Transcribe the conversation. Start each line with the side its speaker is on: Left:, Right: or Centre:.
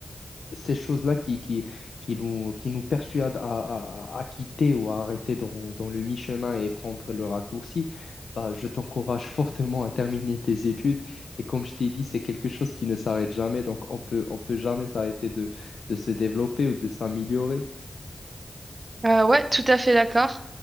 Left: ces choses-là qui, qui, qui nous, qui nous persuadent à, à- à quitter ou à arrêter dans, dans le mi-chemin et prendre le raccourci, bah, je t'encourage <laughs> fortement à terminer tes études. Et comme je t'ai dit, c'est quelque chose qui ne s'arrête jamais, donc on peut, on peut jamais s'arrêter de, de se développer ou de s'améliorer.
Right: Euh, ouais, tout à fait d'accord.